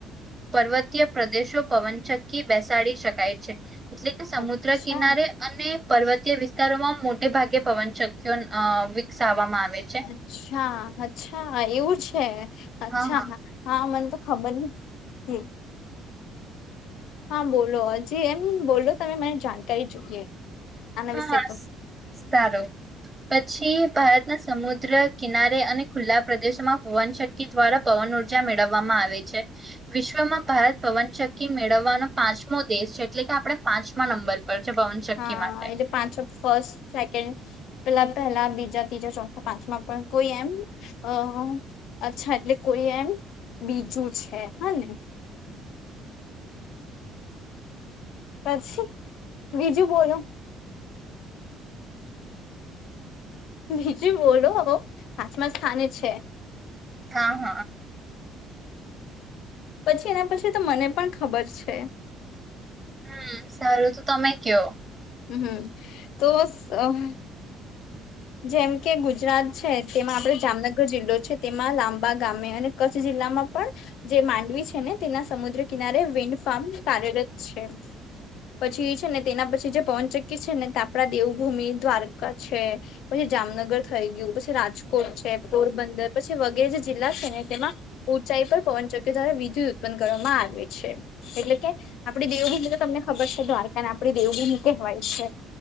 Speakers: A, on the right; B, on the left.
A: પર્વતીય પ્રદેશો પવનચક્કી બેસાડી શકાય છે એટલે કે સમુદ્ર
B: અચ્છા
A: કિનારે અને. પર્વતીય વિસ્તારોમાં મોટે ભાગે પવનચકકી વિકસાવવામાં આવે છે
B: અચ્છા અચ્છા એવું છે અચ્છા
A: હા હા
B: હા મને તો ખબર હ હા બોલો હજી એમ બોલો તમે મરી જાણકારી જોઈએ. આના
A: હા
B: વિશે
A: હા
B: તો
A: સારું <inaudible> પછી ભારતના સમુદ્ર કિનારે અને ખુલ્લા પ્રદેશોમાં પવનચકકી દ્વારા પવન ઉર્જા મેળવવામાં આવે છે વિશ્વમાં ભારત પવનચક્કી મેળવાનો પાંચમો દેશ છે એટલે કે આ પણે પાંચમા નંબર પર છે પવનચક્કી
B: હા
A: માટે
B: એટલે પાંચ ફર્સ્ટ સેકન્ડ પેહલા પેહલા બીજા તીજા ચોથા પાંચમાં પણ કોઈ એમ. અહ અચ્છા એટલે કોઈ એમ બીજું છે હ ને. પછી બીજું બોલો. બીજું બોલો પાંચમા સ્થાને છે.
A: હા હ
B: પછી એના પછી તો મને પણ ખબર છે.
A: હમ સારું તો તમે ક્યો
B: હમ તો <inaudible> જેમ કે ગુજરાત છે તેમાં આપને જામનગર જિલ્લો. તેમાં લાંબા ગામે અને કચ્છ જિલ્લામાં પણ જે માંડવી છે ને તેના સમુદ્ર કિનારે વી ફાર્મ કાર્યરત છે. પછી છે ને તેના પછી જે પવનચકકી છે ને તે આપડા દેવભૂમિ દ્વારકા છે પછી જામનગર થઈ ગયું પછી રાજકોટ છે પોરબંદર પછી વગેરે જે જિલ્લા છે ને તેમાં ઉંચાઈ પર પવનચક્યો દ્વારા વિધિ ઉત્પન્ન કરવામાં આવે છે એટલે કે આપડે દેવભૂમી જે તમને ખ ખબર છે દ્વારકાને આપડી દેવભૂમિ કહેવાય છે